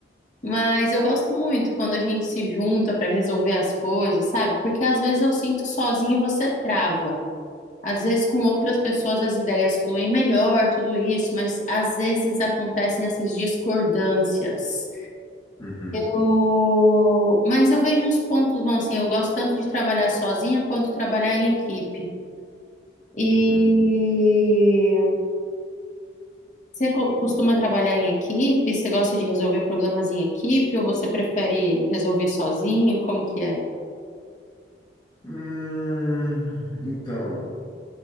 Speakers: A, on the left (about 40°); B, on the left (about 20°).
A: Mas eu gosto muito quando a gente se junta para resolver as coisas, sabe? Porque às vezes eu sinto que sozinho você trava. Às vezes com outras pessoas as ideias fluem melhor, tudo isso, mas às vezes acontecem essas discordâncias.
B: uhum,
A: O- Mas eu vejo os pontos bons, assim, eu gosto tanto de trabalhar sozinha quanto trabalhar em equipe. E
B: uhum.
A: você co- costuma trabalhar em equipe? Você gosta de resolver problemas em equipe ou você prefere resolver sozinho? Como que é?
B: Hum, então,